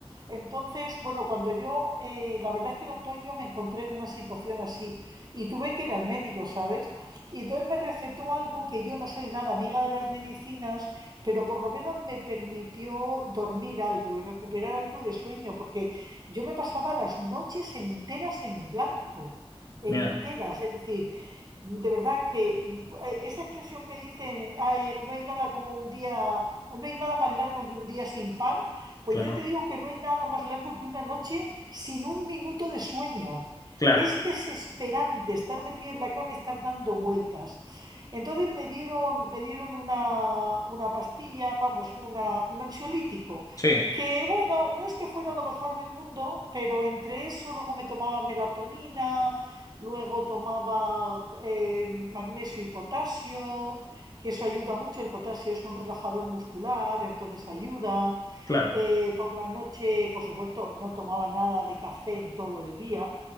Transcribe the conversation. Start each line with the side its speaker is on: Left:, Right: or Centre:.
Right: Entonces, bueno, cuando yo, eh, la verdad es que en otoño me encontré en una situación así y tuve que ir al médico, ¿sabes? Y entonces me recetó algo que yo no soy nada amiga de las medicinas pero por lo menos me permitió dormir algo y recuperar algo de sueño, porque yo me pasaba las noches enteras en blanco, enteras,
Left: Mira,
Right: es decir, de verdad que mm, cu- eh, esa expresión que dicen, "Ah, eh, no hay nada como un día, no hay nada más largo que un día sin pan, pues
Left: claro,
Right: yo te digo que no hay nada más largo que una noche sin un minuto de sueño.
Left: claro,
Right: Es desesperante estar metida en la cama estar dando vueltas. Entonces me dieron, me dieron una, una pastilla, vamos, una- un ansiolítico,
Left: sí,
Right: que bueno, no es que fuera lo mejor del mundo, pero entre eso luego me tomaba melatonina, luego tomaba eh, magnesio y potasio, que eso ayuda mucho, el potasio es un relajador muscular, entonces ayuda.
Left: claro,
Right: Eh, por la noche, por supuesto, no tomaba nada de café en todo el día,